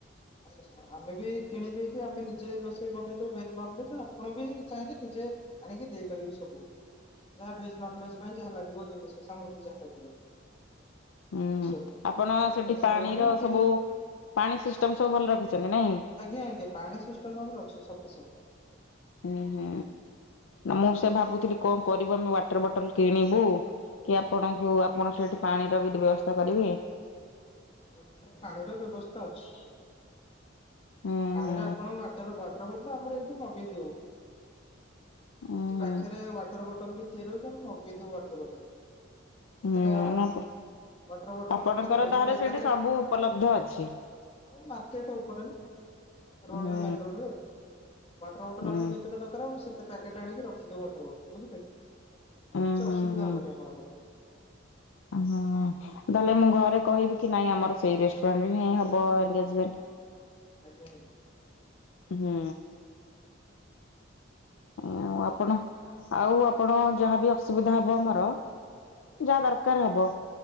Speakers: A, on the left; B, on the left.
A: ଆଜ୍ଞା ଆମେ ବି କିଣି ଦେଇକି ଆମେ ନିଜେ ରୋଷେଇ ବନେଇଦବୁ। ଭେଜ ନନ ଭେଜ ଆପଣ ବି ଚାହିଁଲେ ନିଜେ ଆଣିକି ଦେଇପାରିବେ ସବୁ। ଯାହା ଭେଜ ନନ ଭେଜ ପାଇଁ ଯାହା ଲାଗିବ ଜିନିଷ ସାମଗ୍ରୀ ଯାହା ଲାଗିବ।
B: ହୁଁ
A: ଗ୍ରୋସରୀ
B: ଆପଣ ସେଠି
A: ଗ୍ରୋସରୀ
B: ପାଣିର
A: ହଉ କି
B: ସବୁ ପାଣି ସିଷ୍ଟମ ସବୁ ଭଲ ରଖିଛନ୍ତି ନାଇଁ।
A: ଆଜ୍ଞା ଆଜ୍ଞା ପାଣି ସିଷ୍ଟମ ଆମର ଅଛି ସପିସେଣ୍ଟ।
B: ହୁଁ ହୁଁ ନା ମୁଁ
A: ଆଜ୍ଞା
B: ସେ ଭାବୁଥିଲି କଣ କରିବୁ ଆମେ ୱାଟର ବଟଲ କିଣିବୁ? କି ଆପଣଙ୍କୁ ଆପଣ ସେଠି ପାଣିର ବି ବ୍ୟବସ୍ଥା କରିବେ?
A: ନାଇଁ ପାଣିର ବ୍ୟବସ୍ଥା ଅଛି।
B: ହୁଁ
A: ପାଣିରେ
B: ହୁଁ
A: ଆପଣ ୱାଟର ବ ବଟଲ ଆମର ଏଇଠୁ ମଗେଇଦଉ।
B: ଉଁ
A: ଏଠି
B: ହୁଁ
A: ପାଖେରେ ୱାଟର ବଟ ବଟଲ ତିଆରି ହେଉଛି ମଗେଇଦଉ ୱାଟର ବଟଲ। କେତେଟା
B: ହୁଁ ଆପ
A: ୱାଟର ବଟଲ
B: ଆପଣଙ୍କର
A: ଦରକାର ହୁଏ। ଆମେ
B: ତାହେଲେ
A: ଏକାଥରେ
B: ସେଇଠି ସବୁ ଉପଲବ୍ଧ ଅଛି।
A: ମାର୍କେଟ ଉପରେ ନା? ରୋଡରେ
B: ହୁଁ
A: ମେନ ରୋଡରେ ୱାଟର ବଟଲ
B: ହୁଁ
A: ଆପଣ ଯେତେଟା ଦରକାର ସେତେ ପ୍ୟାକେଟ ଆଣିକି ରଖିଦଉ ୱାଟର ବଟଲ ବୁଝିଲେ?
B: ହୁଁ
A: କିଛି
B: ହୁଁ
A: ଅସୁବିଧା
B: ହୁଁ।
A: ହବନି ଆପଣଙ୍କର।
B: ହୁଁ ତାହେଲେ ମୁଁ ଘରେ କହିବି କି ନାଇଁ ଆମର ସେଇ ରେଷ୍ଟ କାହିଁ ହେବ ଏଙ୍ଗେଜମେଣ୍ଟ।
A: ଆଜ୍ଞା ଆଜ୍ଞା।
B: ହୁଁ। ଉଁ ଆଉ ଆପଣ ଆଉ ଆପଣ ଯାହାବି ଅସୁବିଧା ହବ ଆମର।
A: ଆଜ୍ଞା
B: ଯାହା ଦରକାର ହବ